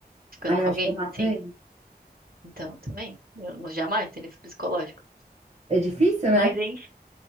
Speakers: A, on the right (about 60°); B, on the right (about 40°).
A: ficando
B: Aí
A: com
B: eu acho
A: alguém,
B: que eu mato
A: assim.
B: ele.
A: Então, também, eu não jamais teria esse psicológico.
B: É difícil,
A: Mas,
B: né?
A: enfim,